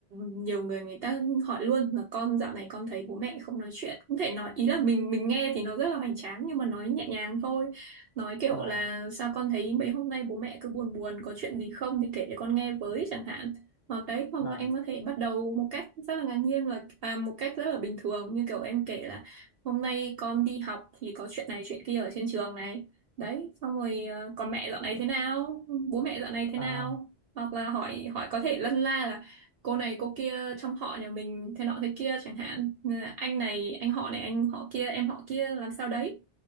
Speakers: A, on the right; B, on the left.
A: nhiều người người ta hỏi luôn là con dạo này con thấy bố mẹ không nói chuyện cũng thể nói ý là mình mình nghe thì nó rất là hoành tráng nhưng mà nói nhẹ nhàng thôi nói kiểu
B: vâng
A: là sao con thấy mấy hôm nay bố mẹ cứ buồn buồn có chuyện gì không thì kể cho con nghe với chẳng hạn hoặc đấy hoặc
B: vâng
A: là em có thể bắt đầu một cách rất là ngạc nhiên là à, một cách rất là bình thường như kiểu em kể là hôm nay con đi học thì có chuyện này chuyện kia ở trên trường này đấy xong rồi ờ, còn mẹ dạo này thế nào bố mẹ dạo này thế
B: vâng
A: nào hoặc là hỏi hỏi có thể lân la là cô này cô kia trong họ nhà mình thế nọ thế kia chẳng hạn Nên là anh này anh họ này anh họ kia em họ kia làm sao đấy